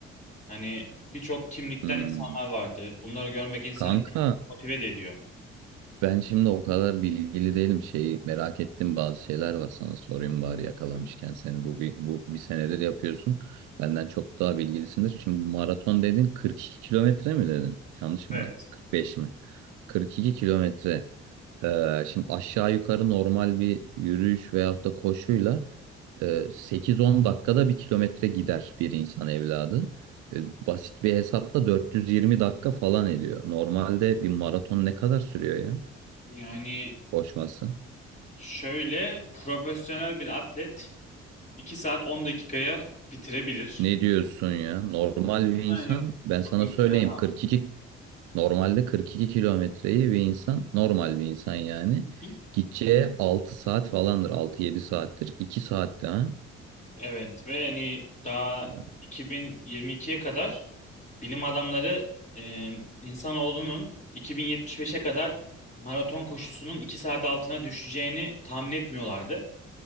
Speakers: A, on the left (about 25°); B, on the right (about 80°).
A: Hani birçok kimlikten
B: Hı.
A: insanlar vardı. Bunları görmek insanı
B: Kanka
A: gerçekten motive de ediyor.
B: Ben şimdi o kadar bilgili değilim. Şeyi merak ettim bazı şeyler var sana sorayım bari yakalamışken
A: Hı?
B: seni bu bir, bu bir senedir yapıyorsun. Benden çok daha bilgilisindir. Şimdi bu maraton dedin 42 kilometre mi dedin? Yanlış
A: Evet.
B: mı? 45 mi? kırk iki kilometre. Ee, şimdi aşağı yukarı normal bir yürüyüş veyahut da koşuyla e, 8-10 dakikada bir kilometre gider bir insan evladı. E, Basit bir hesapla 420 dakika falan ediyor. Normalde bir maraton ne kadar sürüyor ya?
A: Yani
B: koşması.
A: şöyle profesyonel bir atlet 2 saat 10 dakikaya bitirebilir.
B: Ne diyorsun ya? Normal bir insan
A: Yani
B: ben
A: profesyonel.
B: sana söyleyeyim 42 normalde 42 kilometreyi bir insan normal bir insan yani
A: Hı.
B: gideceği 6 saat falandır 6-7 saattir 2 saatte ha.
A: Evet ve hani daha
B: Evet.
A: 2022'ye kadar bilim adamları e, insanoğlunun 2075'e kadar maraton koşusunun 2 saat altına düşeceğini tahmin etmiyorlardı.